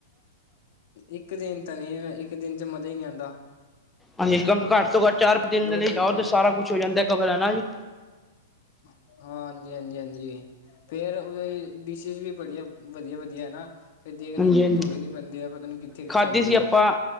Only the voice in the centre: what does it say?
ਹਾਂਜੀ, ਕਮ ਘੱਟ ਤੋਂ ਘੱਟ ਚਾਰ ਦਿਨ
ਦੇ ਲਈ
ਜਾਓ ਤੇ ਸਾਰਾ ਕੁੱਛ ਹੋ ਜਾਂਦਾ ਕਵਰ ਹਨਾ ਜੀ।
ਹਾਂਜੀ ਹਾਂਜੀ
ਖਾਧੀ
ਸੀ
ਆਪਾਂ